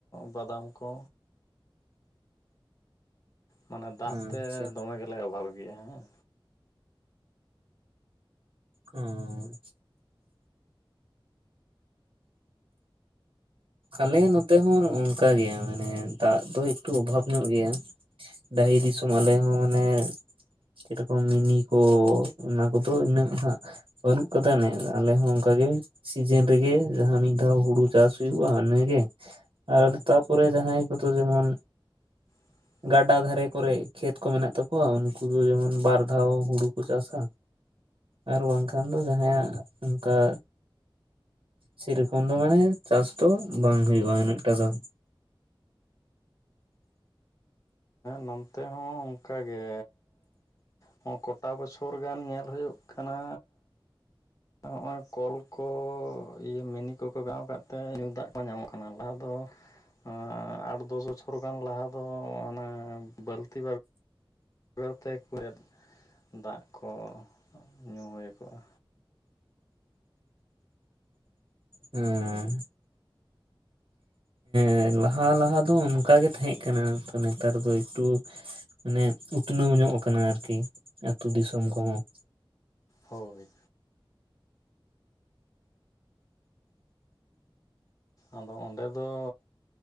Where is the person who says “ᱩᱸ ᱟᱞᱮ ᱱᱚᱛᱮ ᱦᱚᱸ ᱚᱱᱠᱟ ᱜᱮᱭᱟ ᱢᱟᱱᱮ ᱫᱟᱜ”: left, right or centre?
Right